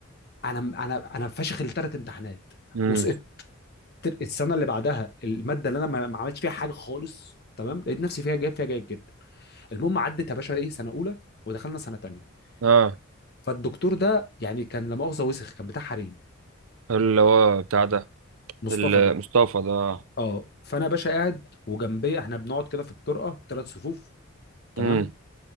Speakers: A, on the left; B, on the right.
A: انا انا انا فاشخ الثلاث امتحانات
B: امم
A: وسقطت السنه اللي بعدها الماده اللي انا ما ما عملتش فيها حاجه خالص تمام لقيت نفسي فيها جايب فيها جيد جدا المهم عدت يا باشا ايه سنه اولى ودخلنا سنه تانية
B: اه
A: فالدكتور ده يعني كان لا مؤاخذه وسخ كان بتاع حريم
B: اللي هو بتاع ده
A: مصطفى
B: المصطفى
A: ده
B: ده اه
A: اه فانا يا باشا قاعد وجنبي احنا بنقعد كده في الطرقه ثلاث صفوف تمام
B: امم